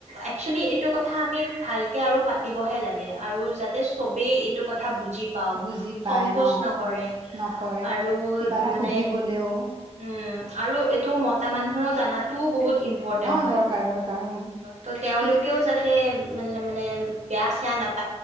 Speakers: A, on the right; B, on the right.
A: একচেলি এইটো কথা আমি ভালকে আৰু পাতিবহে লাগে আৰু যাতে চবেই টো কথা বুজি পাওঁক
B: বুজি পাই
A: সংকোচ
B: অ
A: নকৰে
B: নকৰে
A: আৰু
B: কিবা এটা
A: মানে
B: সুধিবলেও
A: উম আৰু এইটো মতা মানুহ জাতো বহুত ইম্পৰ্টেণ্ট
B: অ
A: হয়
B: দৰকাৰ দৰকাৰ উম
A: ত' তেওঁলোকেও
B: সেইটো
A: যাতে মতল মানে বেয়া চেয়া নাপাই